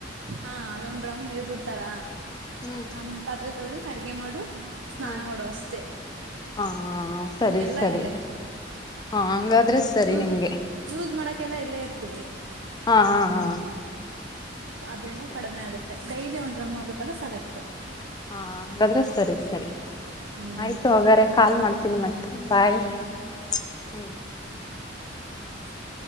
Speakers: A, on the right; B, on the left.
A: ಹಾ ಅಲ್ಲೊಂಡ್ರಮ್ ನೀರ್ಬಿಡ್ತಾರ
B: ಹ್ಮ್
A: ಮಾಮಲಿ ಪಾತ್ರೆ ತೊಳಿ ಅಡ್ಗೆ ಮಾಡು ಸ್ನಾನ
B: ಹ್ಮ್
A: ಮಾಡುವ ಅಷ್ಟೆ
B: ಹಾ ಸರಿ
A: ಇನ್ನ ಎಲ್ಲಾ
B: ಸರಿ
A: ಇಲ್ಲೇ
B: ಹಾ ಹಂಗಾದ್ರೆ ಸರಿ
A: ಯೂಸ್
B: ನಿಮ್ಗೆ
A: ಯೂಸ್ ಮಾಡಕೆಲ್ಲ ಇಲ್ಲೇ ಇರ್ತೀವಿ
B: ಹಾ ಹಾ ಹಾ
A: ಅದ್ರಿಂದ
B: ಸರಿ
A: ಕಡಿಮೆ ಆಗುತ್ತೆ ಡೈಲಿ ಒಂದು ಡ್ರಮ್ಮ್ ಹೋಗುತ್ತಲ್ಲ ಸಾಕತ್ತೆ
B: ಹಾ ಹಾಗಂಗಾದ್ರೆ ಸರಿ ಸರಿ
A: ಹ್ಮ್
B: ಆಯ್ತು ಹಾಗಾರೆ ಕಾಲ್ ಮಾಡ್ತೀನಿ ಮತ್ತೆ ಬಾಯಿ ಹ್ಮ್
A: ಹೌ